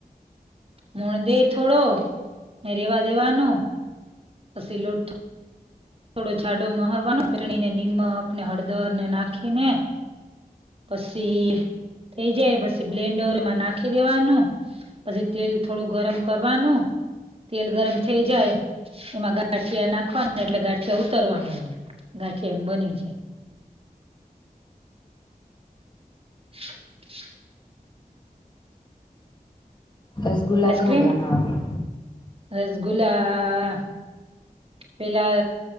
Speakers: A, on the right; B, on the left.
A: મોણ દઈ થોડું ને રેવા દેવાનુ પછી લોટ થોડો જાડો મહરવાનો ચટણી, ને નિમક, ને હળદર, ને નાખી ને પછી થઈ જાય પછી બ્લેન્ડર માં નાખી દેવાનું પછી તેલ થોડું ગરમ કરવાનું તેલ ગરમ થઇ જાય એમાં ગાંઠિયા નાખવાનું એટલે ગાંઠ ઉતરવા માંડવા, ગાંઠિયા બની જાય. <inaudible>
B: રસગુલ્લા
A: આઈસ્ક્રીમ
B: કેમ બનાવાના?
A: રસગુલ્લા પેલા